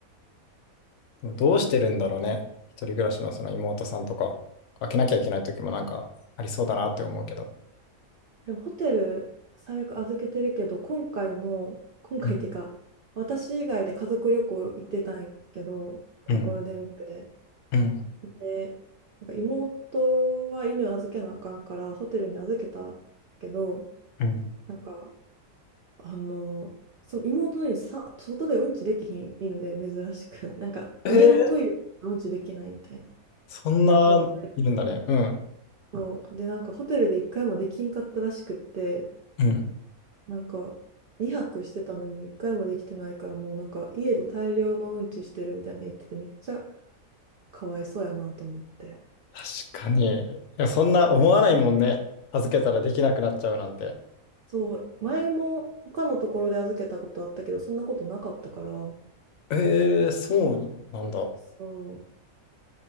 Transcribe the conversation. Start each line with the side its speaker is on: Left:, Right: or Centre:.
Left: でもどうしてるんだろうね。一人暮らしのその妹さんとか、開けなきゃいけない時もなんかありそうだなって思うけど。
Right: でもホテル最悪預けてるけど、今回も、今回っていうか、
Left: うん
Right: 私以外で家族旅行行ってたんやけど、このゴールデンウィークで。
Left: うんうん
Right: で、なんか妹は犬預けなあかんから、ホテルに預けたんやけど、
Left: うん
Right: なんか、あの、その妹の犬さ、外でうんちできひん犬で珍しく、<laughs> なんか家のトイレでうんちできないみたいな。
Left: えーそんないるんだね。
Right: こうね
Left: うん。
Right: そう。で、なんかホテルで一回もできんかったらしくって、
Left: うん
Right: なんか2泊してたのに一回もできてないから、もうなんか家で大量のうんちしてるみたいなの言ってて、めっちゃかわいそうやなと思って。
Left: 確かに。いや、そんな思わないもんね。預けたらできなくなっちゃうなんて。
Right: そう。前も他のところで預けたことあったけど、そんなことなかったから、
Left: えー、そうなんだ。
Right: そ